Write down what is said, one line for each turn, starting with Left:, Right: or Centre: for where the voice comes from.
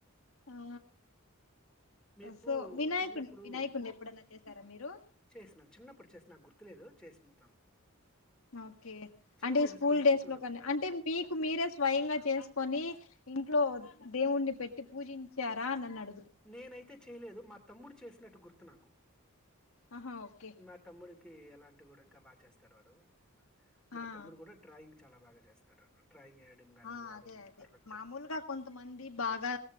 Left: ఆ
Centre: మీరు
Left: సో వినాయకుని
Centre: చిన్నప్పుడు
Left: వినాయకుడిని ఎప్పుడన్నా చేసారా మీరు
Centre: చేసిన చిన్నప్పుడు చేసిన నా గుర్తులేదు చేసి ఇంత్రం
Left: ఓకే
Centre: చిన్నప్పుడు
Left: అంటే ఈ స్కూల్ డేస్
Centre: గుర్తుండవు.
Left: లో కానీ అంటే మీకు మీరే స్వయంగా చేసుకొని ఇంట్లో దేవుణ్ణి పెట్టి పూజించారా అని అన్నాడు
Centre: నేనైతే చేయలేదు మా తమ్ముడు చేసినట్టు గుర్ నాకు
Left: ఆహా ఓకే
Centre: మా తమ్ముడికి ఎలాం టి కూడా ఇంకా బాగా చేస్తాడు వాడు మా
Left: ఆ
Centre: తమ్ముడు కూడా డ్రయింగ్ చాలా బాగా చేస్తాడు డ్రాయింగ్ ఏయడం గాని
Left: ఆ
Centre: వాడు
Left: అదే అదే
Centre: పర్ఫెక్ట్.
Left: మామూలుగా కొంతమంది బాగా